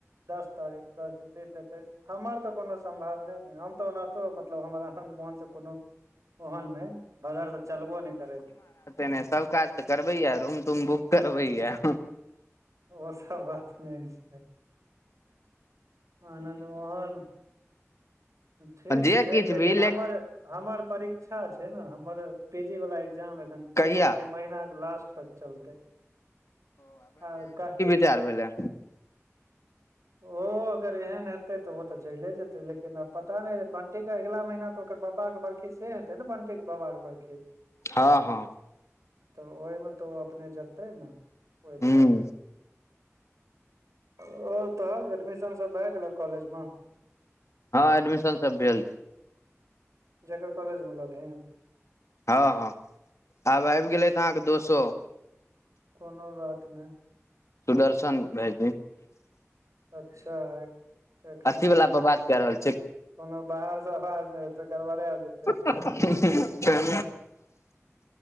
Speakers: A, on the right; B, on the left.
A: दस तारीख दस दिन बीस त एकैस हमर तऽ कोनो सम्भवने ने हम तऽ ओनाहितो मतलब हमर आनन्द मोहन से कोनो ओहन नहि बजार तऽ चलबो नै करै छि
B: ने सभ काज तऽ करबैय रूम तूम बुम करबैया
A: ओ सभ बात नहि छै आनन्द मोहन। ठीक
B: जे
A: छै।
B: किछु
A: लेकिन
B: भी
A: हमर हमर परीक्षा छै। सेना हमर पीजी वाला एग्जाम अइ एखन
B: कहिया
A: एहि महीन के लास्ट तक चलतै आ क
B: तैयार भेलै।
A: ओ अगर एहन। हइ तऽ ओ तऽ जले जेतै लेकिन आब पता नहि बंटी के अगिलामहिना तऽ ओकर पप्पा के बर्खी छैइ से हेतै ने बनटे बाबाऽ बड़खी
B: हँ हँ
A: तऽ ओहिमे तऽ ओ अपने जेतै ने ओहि
B: हूँ
A: दुआरे। आओर तो एडमिशन सभ भए गेल कॉलेज में
B: हँ एडमिशन सभ भेल
A: जकर कॉलेज में ललेहिन
B: हँ हँ आब आबि गेलैथ अहाँके दोस्तों
A: कोनो बात नइ
B: सुदर्शन भाई जी <inaudible>
A: अच्छा अइ एखने
B: अथी वला
A: एला
B: पर बात कए रहल छियै
A: कोनो बाहर सँ आवाजतै गड़बड़े आऽ जेतै
B: <unintelligible> कहि